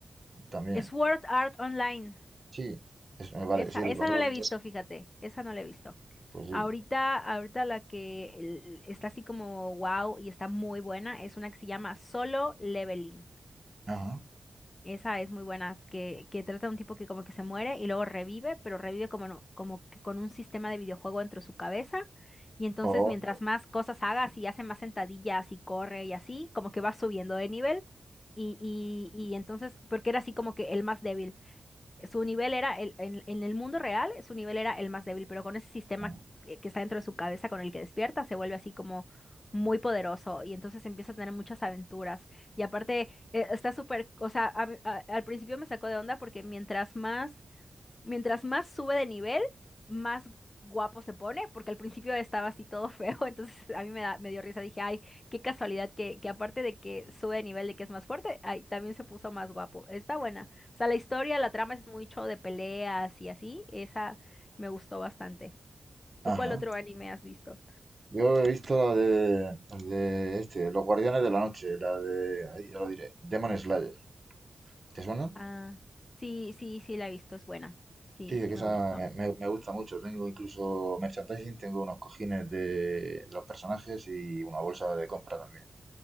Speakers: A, on the right; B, on the left.
A: también.
B: Sword Art Online.
A: Sí, es- eh, vale,
B: Esa,
A: sí, lo
B: esa
A: conozco.
B: no la he visto, fíjate, esa no la he visto.
A: Pues sí.
B: Ahorita, ahorita la que el- está así como wow y está muy buena es una que se llama Solo Leveling.
A: Ajá.
B: Esa es muy buena, que, que trata de un tipo que como que se muere y luego revive, pero revive como, no- como que con un sistema de videojuego dentro de su cabeza. Y entonces
A: Oh,
B: mientras más cosas hagas y hace más sentadillas y corre y así, como que va subiendo de nivel. Y, y, y entonces, porque era así como que el más débil. Su nivel era, el- en, en el mundo real, su nivel era el más débil, pero con ese sistema
A: oh,
B: que que está dentro de su cabeza con el que despierta, se vuelve así como muy poderoso y entonces empieza a tener muchas aventuras. Y aparte, eh, está súper, o sea, a mí- a- al principio me sacó de onda porque mientras más Mientras más sube de nivel, más guapo se pone, porque al principio estaba así todo feo, <laughs> entonces a mí me da, me dio risa, dije, ay, qué casualidad que, que aparte de que sube de nivel, de que es más fuerte, ay, también se puso más guapo. Está buena. O sea, la historia, la trama es mucho de peleas y así, esa me gustó bastante.
A: ajá.
B: ¿Tú cuál otro anime has visto?
A: Yo he visto la de, el de este, Los Guardianes de la Noche, la de, ahí ya lo diré, Demon Slayer. ¿Te suena?
B: Ah, sí, sí, sí, la he visto, es buena. Sí,
A: Sí, es
B: sí
A: que
B: me
A: esa
B: gustó.
A: me, me- me gusta mucho. Tengo incluso merchandising, tengo unos cojines de los personajes y una bolsa de compra también.